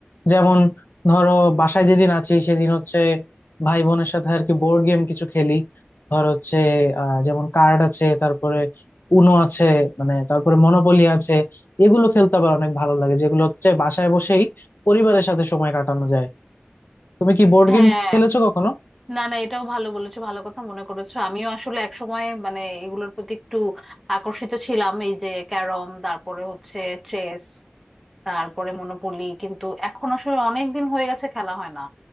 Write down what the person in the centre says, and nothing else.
হ্যাঁ
না না এটাও ভালো বলেছো ভালো কথা মনে করেছো আমিও আসলে একসময় মানে এগুলোর প্রতি একটু আকর্ষিত ছিলাম এই যে ক্যারম তারপরে হচ্ছে চেস তারপরে মনোপলি কিন্তু এখন আসলে অনেক দিন হয়ে গেছে খেলা হয় না